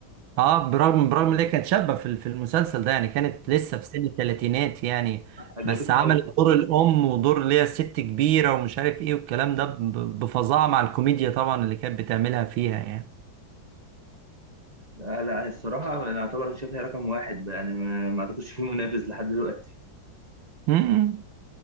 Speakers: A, on the right (about 80°); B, on the right (about 20°).
A: اه برغم برغم ان هي كانت شابة في في المسلسل ده يعني كانت لسه في سن الثلاثينات يعني
B: عجبتني
A: بس عملت
B: أوي
A: دور الأم ودور اللي هي ست كبيرة ومش عارف ايه والكلام ده ب- بفظاعة مع الكوميديا طبعا اللي كانت بتعملها فيها يعني
B: لا لا الصراحة أنا أعتبر شايفها رقم واحد بقى، يعني ما ما أعتقدش فيه منافس لحد دلوقتي
A: م- م.